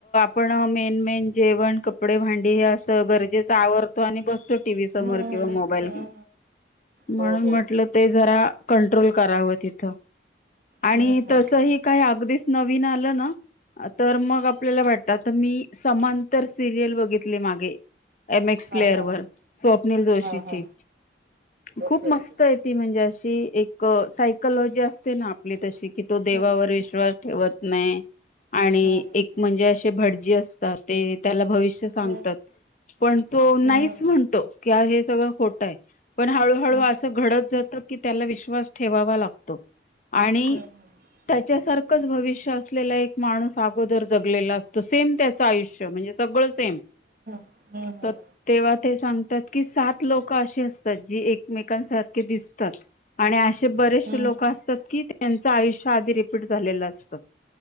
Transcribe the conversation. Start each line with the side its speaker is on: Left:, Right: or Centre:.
Left: पण मेन मेन जेवण, कपडे, भांडी हे असं गरजेच आवरतो आणि बसतो. टीव्ही समोर
Right: हम्म हम्म
Left: किंवा मोबाईल घेऊन. म्हणून
Right: हम्म हम्म हम्म हम्म हो हो
Left: म्हटलं ते जरा कंट्रोल करावं तिथं. आणि
Right: हम्म हम्म
Left: तसही काही अगदीच नवीन आलं ना. तर मग आपल्याला वाटत आता मी समांतर सिरीयल बघित मागे. एक्स
Right: हा
Left: प्लेअर
Right: हा
Left: वर स्वप्नील जोशीची
Right: हा हा
Left: खूप
Right: ओके
Left: मस्त
Right: ओके
Left: आहे. ती म्हणजे अशी. एक सायकलॉजी असते ना आपली तशी की तो देवावर
Right: हम्म
Left: विश्वास ठेवत नाही. आणि
Right: हम्म
Left: एक म्हणजे असे भटजी असतात ते त्याला भविष्य सांगतात.
Right: हम्म
Left: पण तो
Right: हम्म
Left: नाहीच म्हणतो की हे सगळं खोट आहे. पण हळूहळू
Right: हम्म
Left: असं घडत जात की त्याला विश्वास ठेवावा लागतो. आणि
Right: हम्म हम्म
Left: त्याच्यासारखंच भविष्य असलेला एक माणूस अगोदर जगलेला असतो. सेम त्याच आयुष्य म्हणे म्हणजे सगळं सेम.
Right: हो हो
Left: तर
Right: हो
Left: तेव्हा ते सांगतात की सात लोक असे असतात जे एकमेकांसारखे दिसतात आणि. असे बरेचसे
Right: हम्म हम्म
Left: लोक असतात की त्यांचं आयुष्य आधी रिपीट झालेलं असतं.